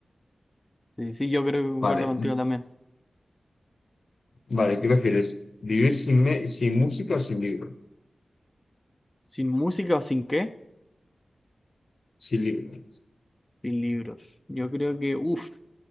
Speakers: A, on the left; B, on the left.
A: Sí, sí, yo creo que concuerdo
B: Vale,
A: contigo también.
B: vale, ¿qué prefieres? ¿Vivir sin, me- sin música o sin libros?
A: ¿Sin música o sin qué?
B: Sin libros.
A: Sin libros. Yo creo que, uff.